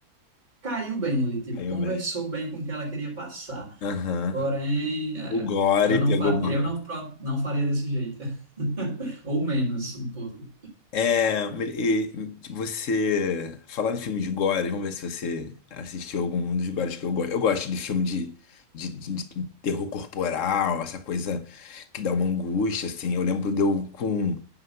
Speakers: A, on the right; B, on the left.
A: caiu bem ali, tipo,
B: caiu
A: conversou
B: bem.
A: bem com o que ela queria passar.
B: Aham.
A: Porém, é,
B: O gore
A: eu não
B: pegou
A: fa
B: mal.
A: eu não, pro- não faria desse jeito. <laughs> Ou menos um pouco.
B: É, e- e tipo, você falar em filme de gore, vamos ver se você assistiu algum dos gores que eu gosto. Eu gosto de filme de, de, de- de terror corporal, essa coisa que dá uma angústia, assim. Eu lembro de eu com